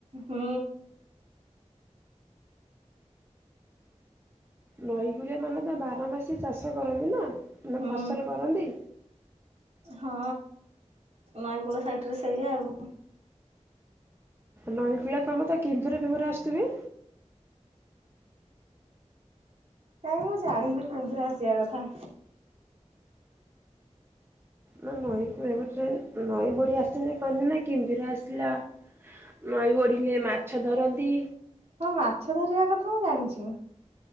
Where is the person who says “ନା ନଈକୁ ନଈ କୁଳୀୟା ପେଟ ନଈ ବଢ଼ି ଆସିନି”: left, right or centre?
Right